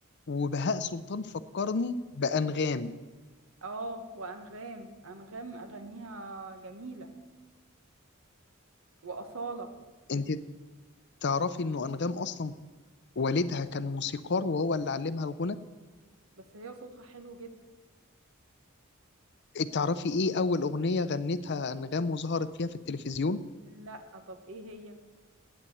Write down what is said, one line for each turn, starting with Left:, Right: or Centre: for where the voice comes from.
Left: وبهاء سلطان فكرني بأنغام
Right: اه وأنغام أنغام أغانيها جميلة وأصالة
Left: انت تعرفي انه أنغام أصلا والدها كان موسيقار وهو اللي علمها الغنى
Right: بس هي صوتها حلو جدا
Left: تعرفي ايه أول أغنية غنتها أنغام وظهرت فيها في التلفزيون
Right: لا طب ايه هي